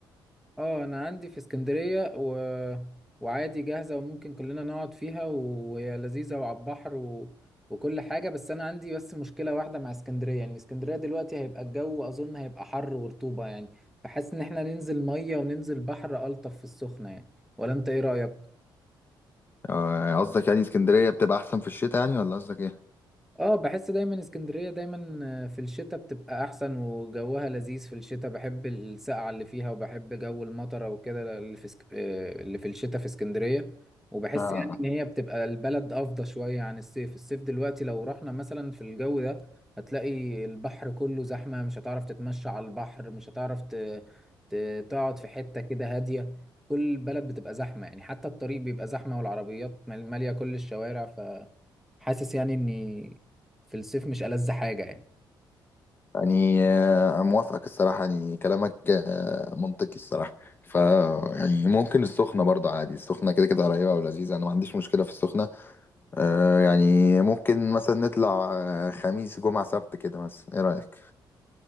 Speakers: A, in the centre; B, on the left.
A: اه انا عندي في اسكندرية و... وعادي جاهزة وممكن كلنا نقعد فيها وهي لذيذة وعلى البحر و... وكل حاجة بس انا عندي بس مشكلة واحدة مع اسكندرية يعني اسكندرية دلوقتي هيبقى الجو اظن هيبقى حر ورطوبة يعني فحاسس ان احنا ننزل مية وننزل بحر الطف في السخنة يعني ولا انت ايه رأيك؟
B: آه، قصدك يعني اسكندرية بتبقى احسن في الشتاء يعني ولا قصدك ايه
A: اه بحس دايما اسكندرية دايما آه، في الشتاء بتبقى احسن وجوها لذيذ في الشتاء بحب السقعة اللي فيها وبحب جو المطرة وكده اللي في سك... آه، اللي في الشتاء في اسكندرية وبحس
B: آه.
A: يعني ان هي بتبقى البلد افضى شوية عن الصيف الصيف دلوقتي لو رحنا مثلا في الجو ده هتلاقي البحر كله زحمة مش هتعرف تتمشى على البحر مش هتعرف ت... ت... تقعد في حتة كده هادية كل البلد بتبقى زحمة يعني حتى الطريق بيبقى زحمة والعربيات مال- مالية كل الشوارع ف حاسس يعني اني في الصيف مش ألذ حاجة يعني
B: يعني آه، موافقك الصراحة يعني كلامك آه، منطقي الصراحة ف يعني ممكن السخنة برضه عادي السخنة كده كده قريبة ولذيذة أنا ما عنديش مشكلة في السخنة آه، يعني ممكن مثلا نطلع آه، خميس جمعة سبت كده مثلا إيه رأيك؟